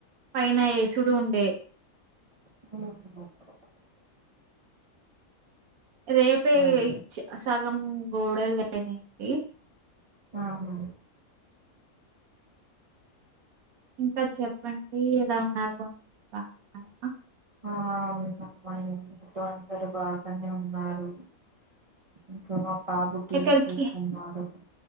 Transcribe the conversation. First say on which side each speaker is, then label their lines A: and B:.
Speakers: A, on the right; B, on the right.
A: పైన ఏసుడు ఉండే
B: ఆ
A: రేపే
B: అదే
A: సగం చ్ గోడలు అయినాయండి
B: ఆహా
A: ఇంకా చెప్పండి ఎలా ఉన్నారు అని బాన్నారా
B: ఆ అవునమ్మా ఇంట్లో అందరు బాగానే ఉన్నారు ఇంకా మా బాబు టీవి
A: ఎక్కడికి
B: చూస్తున్నాడు